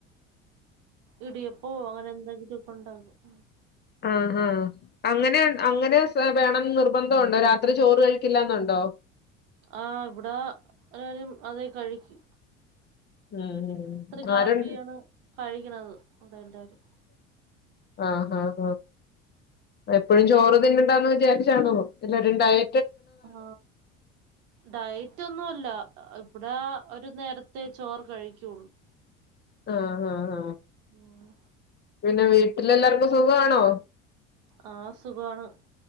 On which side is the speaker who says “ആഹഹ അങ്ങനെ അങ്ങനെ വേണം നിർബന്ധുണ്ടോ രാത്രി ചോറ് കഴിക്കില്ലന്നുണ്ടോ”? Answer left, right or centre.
Left